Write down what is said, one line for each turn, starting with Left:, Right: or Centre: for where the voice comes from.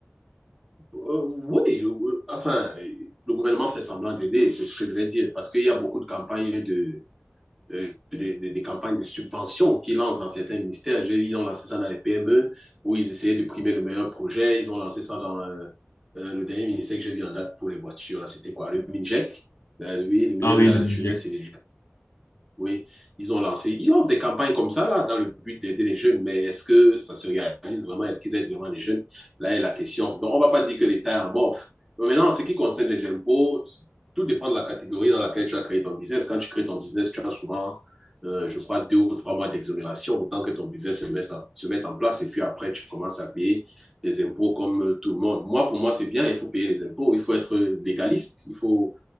Centre: euh, oui, le, enfin, le gouvernement fait semblant d'aider, c'est ce que je vais dire, parce qu'il y a beaucoup de campagnes de, euh, des, des- campagnes de subvention qu'ils lancent dans certains ministères. J'ai vu, ils ont lancé ça dans les PME, où ils essayaient de primer le meilleur projet. Ils ont lancé ça dans euh, euh, le dernier ministère que j'ai vu en date pour les voitures. Là, c'était quoi? Le MINJEC. lui, le ministre
Left: Ah oui,
Centre: de la
Left: le MINJEC.
Centre: Jeunesse et de oui, ils ont lancé. Ils lancent des campagnes comme ça, là, dans le but d'aider les jeunes, mais est-ce que ça se réalise vraiment? Est-ce qu'ils aident vraiment les jeunes? Là est la question. Donc, on ne va pas dire que l'État est amorphe. Mais maintenant, en ce qui concerne les impôts, tout dépend de la catégorie dans laquelle tu as créé ton business. Quand tu crées ton business, tu as souvent, euh, je crois, deux ou trois mois d'exonération, le temps que ton business se mette, se mette en place, et puis après, tu commences à payer des impôts comme euh, tout le monde. Moi, pour moi, c'est bien, il faut payer les impôts, il faut être légaliste, il faut,